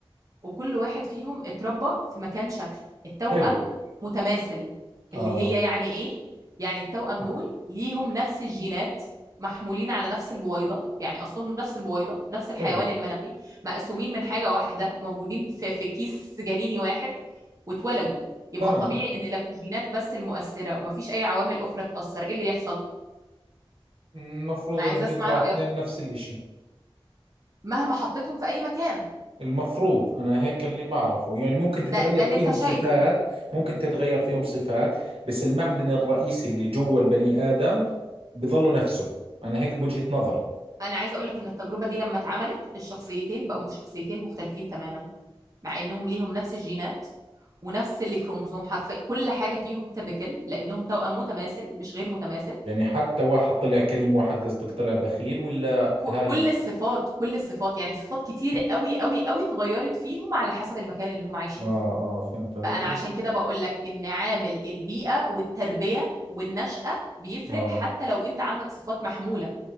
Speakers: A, on the right; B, on the right.
A: وكل واحد فيهم اتربى في مكان شكل التوأم
B: حلو
A: متماثل
B: اه
A: اللي هي يعني ايه يعني التوأم
B: آه،
A: دول ليهم نفس الجينات محمولين على نفس البويضة يعني أصلهم نفس البويضة نفس الحيوان
B: حلو
A: المنوي مقسومين من حاجة واحدة موجودين في, في كيس جنيني واحد واتولدوا يبقى
B: تمام
A: الطبيعي إن لو الجينات بس المؤثرة ومفيش أي عوامل أخرى تأثر إيه اللي يحصل؟
B: المفروض
A: عايزة
B: انهم
A: أسمع
B: يطلعوا
A: رأيك
B: اثنين نفس الاشي
A: مهما حطيتهم في أي مكان
B: المفروض انا هيك اللي بعرفه يعني ممكن تتغير
A: ده ده اللي
B: فيهم
A: أنت شايفه
B: صفات ممكن تتغير فيهم صفات بس المعدن الرئيسي اللي جوا البني ادم بظله نفسه انا هيك بوجهة نظري
A: انا عايزه اقول لك ان التجربه دي لما اتعملت الشخصيتين بقوا شخصيتين مختلفين تماما مع انهم ليهم نفس الجينات ونفس الكروموزوم حرفيا كل حاجه فيهم تبكل لانهم توأم متماثل مش غير متماثل
B: يعني حتى واحد طلع كريم واحد قصدك طلع بخيل ولا
A: فكل
B: هاي
A: الصفات كل الصفات يعني صفات كتير قوي قوي قوي اتغيرت فيهم على حسب المكان اللي هم عايشين
B: اه
A: فيه
B: اه فهمت عليك
A: فانا عشان كده بقول لك ان عامل البيئه والتربيه والنشأة بيفرق
B: اه
A: حتى لو انت عندك صفات محموله